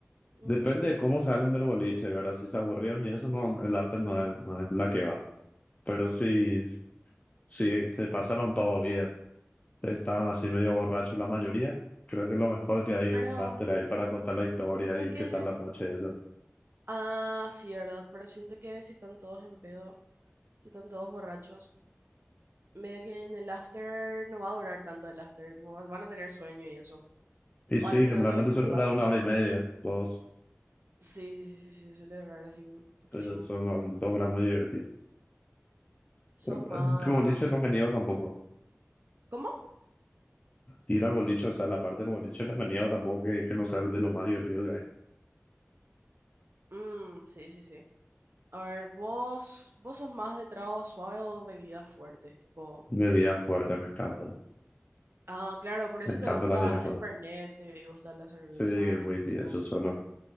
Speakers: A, on the right; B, on the left.
A: mm,
B: depende de cómo salen del boliche, ¿verdad? Si se aburrieron y eso, no, el after no es, no es la que va. Pero sí, sí, se pasaron todo bien. Estaban así medio borrachos la mayoría. Creo que lo mejor que hay
A: pero
B: es un after ahí para contar
A: siento
B: la historia y
A: que...
B: qué tal la noche, eso.
A: Ah, sí, ¿verdad? Pero siento que si están todos en pedo, si están todos borrachos, medio que en el after no va a durar tanto el after, tipo, van a tener sueño y eso.
B: Y
A: O
B: sí,
A: al menos
B: generalmente
A: eso es lo que
B: solo
A: me pasa
B: dura una
A: a mí.
B: hora y media. Todos,
A: Sí, sí, sí, sí, sí, suele errar así un poquísimo.
B: ellos son dos horas muy divertidas.
A: Sos
B: Pero, eh,
A: más...
B: El boliche no me niego tampoco.
A: ¿Cómo?
B: Ir al boliche, o sea, la parte del boliche no me niego tampoco, que, que no sea de lo más divertido que hay.
A: Mm, sí, sí, sí. A ver, vos, vos sos más de trago suave o bebidas fuertes, tipo...
B: Bebida fuerte, me encanta.
A: Ah, claro, por
B: Me
A: eso
B: encanta
A: te gusta
B: la bebida fuerte.
A: el Fernet, te gusta la cerveza
B: Sí, el whisky,
A: y cosas
B: eso
A: así.
B: solo.